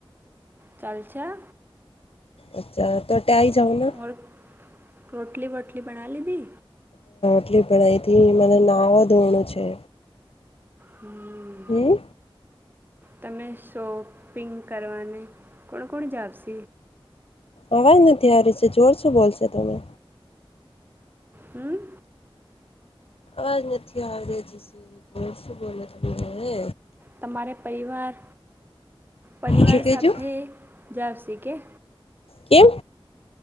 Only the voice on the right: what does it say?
ચાલ છા
ઓર રોટલી, વોટલી બના લીધી
હમ્મ
તમે શોપિંગ કરવાને કોણ, કોણ જાવશે
હમ્મ.
તમારે, પરિવાર પરિવાર,
સાથે જાવશે કે